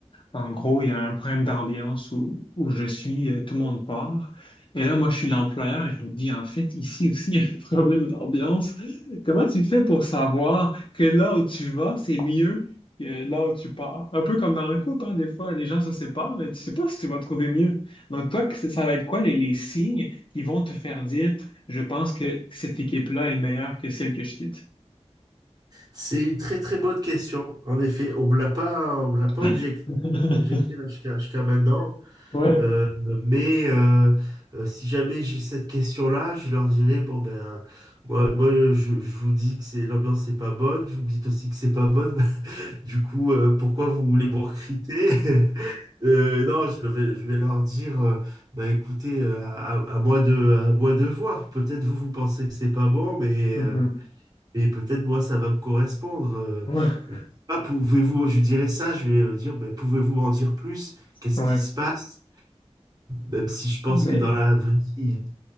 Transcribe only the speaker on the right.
C'est une très très bonne question. En effet, on ne me l'a pas, on me l'a pas
objec- objecté là jusqu'à jusqu'à maintenant.
Euh, mais euh, euh, si jamais j'ai cette question-là, je leur dirais, bon ben, moi, moi, je, je vous dis que c'est l'ambiance n'est pas bonne, vous me dites aussi que c'est pas bonne. <laughs> Du coup, euh, pourquoi vous voulez me recruter? <laughs> Euh, non, je vais, je vais leur dire, euh, bah écoutez, euh, à, à moi de, à moi de voir. Peut-être vous, vous pensez que c'est pas bon, mais
euh, et peut-être, moi, ça va me correspondre. euh,
je sais pas, pouvez-vous, je dirais ça, je vais euh, dire, ben, pouvez-vous m'en dire plus? Qu'est-ce
qui se passe? Même si je pense
que dans la vraie vie, il-